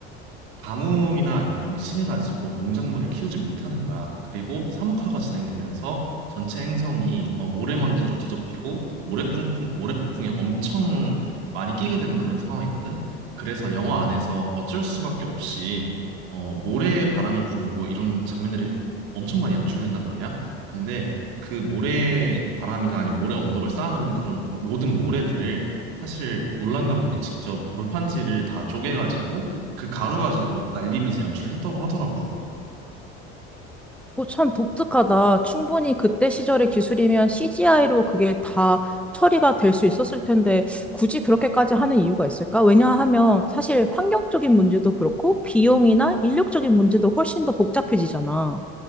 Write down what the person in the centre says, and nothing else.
오, 참 독특하다. 충분히 그때 시절의 기술이면 CGI로 그게 다 처리가 될 수 있었을 텐데 굳이 그렇게까지 하는 이유가 있을까? 왜냐하면 사실 환경적인 문제도 그렇고 비용이나 인력적인 문제도 훨씬 더 복잡해지잖아.